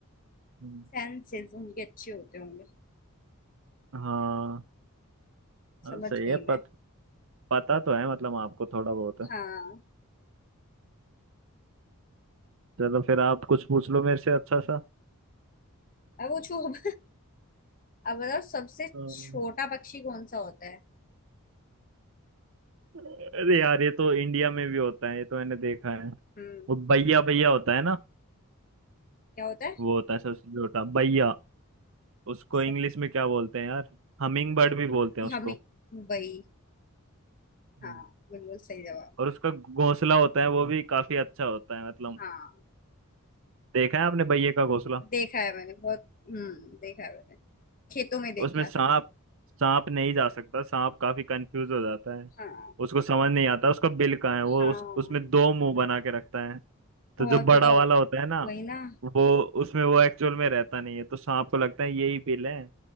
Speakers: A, on the right (about 60°); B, on the left (about 40°).
A: हम्म,
B: सेंसेस उनके अच्छे होते होंगे
A: हाँ हाँ,
B: समझ
A: सही
B: गई
A: है
B: मैं
A: पत, पता तो है मतलब आपको थोड़ा बहुत है
B: हाँ
A: चलो फिर आप कुछ पूछ लो मेरे से अच्छा सा
B: अब पूछू अब अब बताओ सबसे
A: अम्म,
B: छोटा पक्षी कौन सा होता है
A: अरे यार ये तो इंडिया में भी होता है ये तो मैंने देखा है
B: हम्म
A: वो भैया भैया होता है ना
B: क्या होता है
A: वो होता है सबसे छोटा भैया उसको
B: स-
A: इंग्लिश में क्या बोलते हैं यार हमिंग बर्ड भी बोलते हैं उसको
B: हम वही
A: हम्म।
B: हाँ बिल्कुल सही जवाब
A: और उसका घोंसला होता है वो भी काफी अच्छा होता है मतलब
B: हाँ
A: देखा है आपने बैये का घोंसला
B: देखा है मैंने बहुत हम्म देखा है मैंने खेतों में देखा
A: उसमें
B: है
A: सांप सांप नहीं जा सकता सांप काफी कंफ्यूज हो जाता है
B: हाँ
A: उसको समझ नहीं आता उसका बिल कहाँ है
B: हाँ
A: वो उस उसमें दो मुंह बना के रखता है
B: बहुत
A: तो जो बड़ा
B: बताओ
A: वाला होता है ना
B: वही ना
A: वो उसमें वो एक्चुअल में रहता नहीं है तो सांप को लगता है यही बिल है